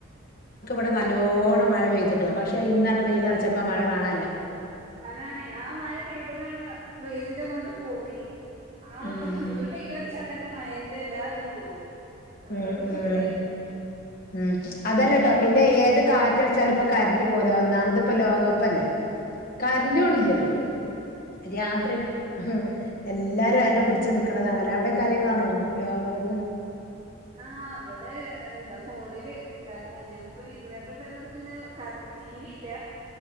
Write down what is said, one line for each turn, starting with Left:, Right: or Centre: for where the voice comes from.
Left: വിടെ നല്ലോണ്ണം മഴ പെയ്തിട്ടോ പക്ഷെ ഇന്നാട്ട് വെയിലറച്ചപ്പോ
Right: ആഹ്
Left: മഴ കാണാല്ല
Right: അതാണ് ആഹ് മഴ പെയ്തതാണ് പെയ്തതിന്റെണ്ട് പോയി ആഹ്
Left: ഉം
Right: ഒരു വെയിലോ തന്നെ മയെന്റെല്ലാതും പോയി അത്രക്ക്
Left: ഉം ഉം
Right: ചൂടാ അല്ലേ
Left: ഉം അതല്ലട്ടോ പിന്നെ ഏത് കാറ്റടിച്ചാലും ഇപ്പ കരണ്ട് പോവൂല ഒ ന്ന് ഇപ്പോ ലോകകപ്പല്ലേ കറണ്ടും ഇല്ലല്ലോ രാത്രിക്ക് എല്ലാരും ഹരം പിടിച്ച് നിക്കണതാണല്ലേ അവിടെയൊക്കെ ആരേലും കാണുവോ ലോകകപ്പ്
Right: ആ അവിടെ എന്താ ഫോണില് കാണും ഞങ്ങക്ക് ഇൻവേർട്ടർ ഉണ്ടായത് കൊണ്ട് പിന്നേ കറന്റ് റ്റീ വി ഇല്ല